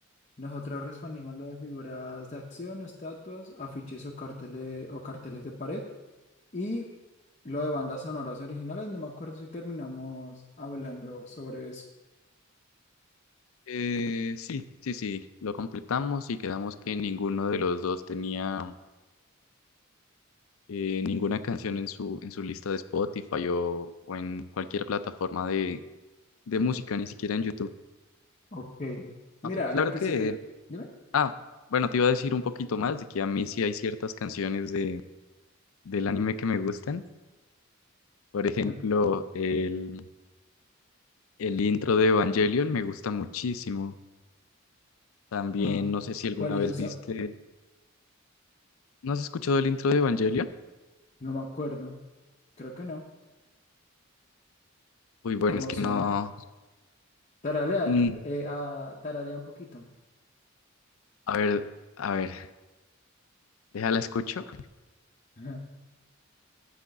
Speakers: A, on the left (about 35°); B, on the left (about 80°).
A: Nosotros respondimos lo de figuras de acción, estatuas, afiches o carteles, o carteles de pared. Y lo de bandas sonoras originales. No me acuerdo si terminamos hablando sobre eso.
B: Eh, sí, sí, sí, lo completamos y quedamos que ninguno de los dos tenía eh, ninguna canción en su, en su lista de Spotify o, o en cualquier plataforma de, de música, ni siquiera en YouTube.
A: Ok.
B: Ok,
A: Mira,
B: Claro
A: la que
B: que...
A: sigue. Dime.
B: Ah, bueno, te iba a decir un poquito más de que a mí sí hay ciertas canciones de, del anime que me gustan. Por ejemplo,
A: Ah.
B: el, el intro de Evangelion me gusta muchísimo. También,
A: Ah.
B: no sé si alguna
A: ¿Cuál es
B: vez
A: esa?
B: viste... ¿No has escuchado el intro de Evangelion?
A: No me acuerdo. Creo que no.
B: Uy, bueno,
A: ¿Cómo
B: es que
A: suena?
B: no...
A: Taralea,
B: mm,
A: eh, ah, tararea un poquito.
B: a ver, a ver, déjala escucho.
A: Ajá.